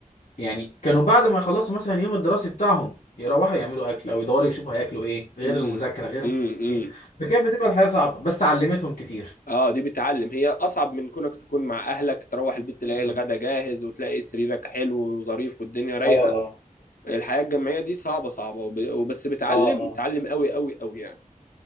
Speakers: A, on the left; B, on the left.
A: يعني كانوا بعد ما يخلصوا مثلا يوم الدراسي بتاعهم يروحوا يعملوا اكل او يدوروا يشوفوا هياكلوا ايه غير
B: امم
A: المذاكره غير
B: امم
A: مش عارف ايه فكانت بتبقى الحياه صعبه بس علمتهم كتير
B: اه دي بتعلم هي اصعب من كونك تكون مع اهلك تروح البيت تلاقي
A: مم.
B: الغدا جاهز وتلاقي سريرك حلو وظريف والدنيا رايقه
A: اه اه
B: الحياه الجامعيه دي صعبه صعبه وب... وبس بتعلم
A: اه اه
B: بتعلم قوي قوي قوي يعني